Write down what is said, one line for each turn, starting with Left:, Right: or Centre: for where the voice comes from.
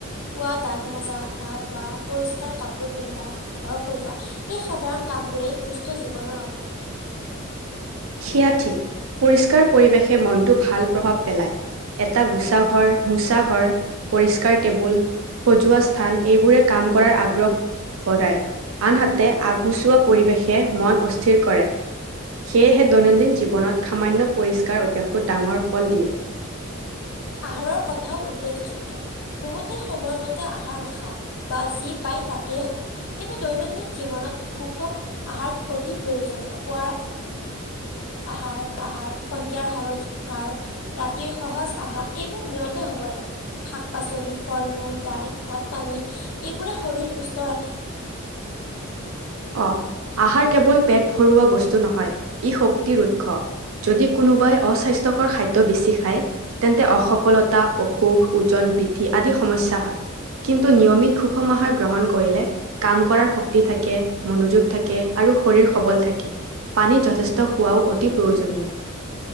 Left: পুৱা দাঁত মজা গা ধুৱা পৰিস্কাৰ কাপোৰ পিন্ধা ঘৰ খজোৱা এই সাধাৰণ কাম বোৰেই সুস্থ জীৱনৰ অংশ
Right: সেয়া ঠিক পৰিষ্কাৰ পৰিৱেশে মনটো ভাল প্ৰভাৱ পেলায়। এটা গোচা ঘৰ মোচা ঘৰ পৰিষ্কাৰ টেবুল সজোৱা স্থান এইবোৰে কাম কৰাৰ আগ্ৰহ কৰাই আনহাতে আগুচোৱা পৰিৱেশে মন অস্থিৰ কৰে। সেয়েহে দৈনন্দিন জীৱনত সামান্য পৰিষ্কাৰ অভ্যাসত ডাঙৰ ফল দিয়ে।
Left: আহাৰৰ কথাও উল্লেখযোগ্য বহুতে সময়মতে আহাৰ নাখায় বা যি পায় তাকেই খায়। কিন্তু দৈনন্দিন জীৱনত সুষম আহাৰ অতি প্ৰয়োজনীয় পুৱাৰ আহাৰ আহাৰ সন্ধিয়াৰ হালধি আহাৰ ৰাতিৰ সহজ আহাৰ এইবোৰ নিয়িত হব লাগে। শাক পাচলি ফল মূল দাইল ভাত পানী এইবোৰে শৰীৰ সুস্থ ৰাখে।
Right: অ', আহাৰ কেৱল পেট ভৰুৱা বস্তু নহয় ই শক্তিৰ উৎস। যদি কোনোবাই অস্বাস্থ্যকৰ খাদ্য বেছি খায় তেন্তে অসফলতা অসুখ ওজন বৃদ্ধি আদি সমস্যা হয়। কিন্তু নিয়মিত সুষম আহাৰ গ্ৰহণ কৰিলে কাম কৰাৰ শক্তি থাকে। মনোযোগ থাকে আৰু শৰীৰ সবল থাকে পানীত যথেষ্ট খোৱাও অতি প্ৰয়োজনীয়।